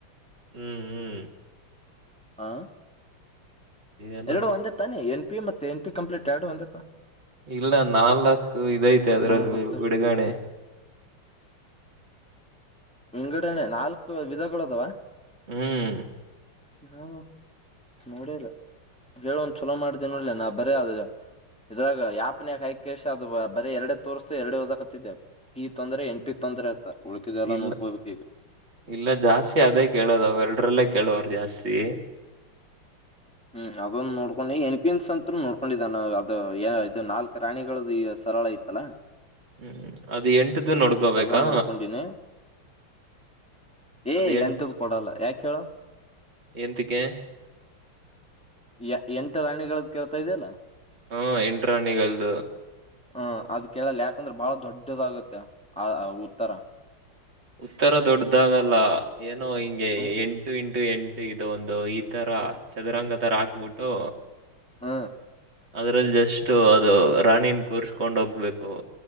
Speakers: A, on the right; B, in the centre.
A: ಹ್ಮ್ ಹ್ಮ್
B: ಹಾ
A: ಏನು
B: ಎರಡು ಒಂದೇತಾನ ಎನ್ ಪಿ ಮತ್ತ ಎನ್ ಪಿ ಕಂಪ್ಲೀಟ್ ಎರಡು ಒಂದೇತ್ತ
A: ಇಲ್ಲ ನಾಲ್ಕು ಇದೈತೆ ಅದ್ರಲ್ಲಿ
B: ನೋಡ್ಬೇಕಕ್ತ
A: ಬಿಡುಗಣೆ
B: ವಿಂಗಡಣೆ ನಾಲ್ಕು ವಿಧಗಳು ಅದಾವ
A: ಹ್ಮ್
B: ಹಾ ನೋಡದ ಹೇಳ ಒಂದ್ ಚಲೋ ಮಾಡಿದೆೆ ನೋಡಲಿ ನಾ ಬರೇ ಆದ ಇದ್ರಾಗ ಯಾಪ್ನ್ಯಕ ಹೈಕೇಶ ಅದು ಬರ ಎರಡೆ ತೋರಿಸಸ್ತೆ ಎರಡೆ ಹದಕತ್ತಿದ್ದೆ ಪಿ ತೊಂದ್ರರೆ ಎನ್ ಪಿ ತೊಂದರೆ ಆತ್ತ ಉಳಿತಿದೆ ಎಲ್ಲ
A: ಇಲ್ಲ
B: ನೋಡ್ಕೋಬೇಕ ಇವಿ
A: ಇಲ್ಲ ಜಾಸ್ತಿ ಅದೇ ಕೇಳೋದ ಅವ ಎರಡ್ರಲ್ಲೇ ಕೇಳುವರು ಜಾಸ್ತಿ
B: ಹ್ಮ್ ಅದೊಂದು ನೋಡ್ಕೊಂಡು ಎನ್ಕನ್ಸ್ ಅತ್ ನೋಡ್ಕೊಂಡಿದ್ದಾನ ಅದ ಇದು ನಾಲ್ಕ್ ರಾಣಿಗಳ ಸರಳ ಇತ್ತಲ್ಲಾ
A: ಹ್ಮ್ ಅದು ಎಂಟ್ದ ನೋಡ್ಕೋಬೇಕಾ
B: ಅದೊಂದ್ ನೋಡ್ಕೊಂಡಿನಿ ಏ್
A: ಅದು ಎಂಟ್
B: ಎಂತದ್ದ್ ಕೊಡಲ್ಲ ಯಾಕ ಹೇಳ
A: ಎಂತಕ್ಕೆ
B: ಯ ಎಂಟ ರಾಣಿಗಳ ಕೇಳ್ತಾ ಇದೆಯಲ್ಲ
A: ಹಾ ಎಂಟ್ರಾಣಿಗಲ್ದು
B: ಹ ಅದ ಕೇಳಲ್ಲ ಯಾಕಂದ್ರೆ ಬಹಳ ದೊಡ್ಡದಾಗುತ್ತೆ ಆ ಉತ್ತರ
A: ಉತ್ತರ ದೊಡ್ಡ್ದಾಗಲ್ಲ ಏನೋ ಹಿಂಗೆ
B: ಹ್ಮ್
A: ಎಂಟು ಇಂಟು ಎ ಎಂಟು ಇದು ಒಂದು ಈ ತರ ಚದುರಂಗ ತರ ಹಾಕ್ಬಿಟ್ಟು
B: ಹ
A: ಅದ್ರಲ್ಲಿ ಜಸ್ಟ್ ಅದು ರಾಣಿನ್ ಕೂರ್ಸ್ಕೊಂಡ್ ಹೋಗ್ಬೇಕು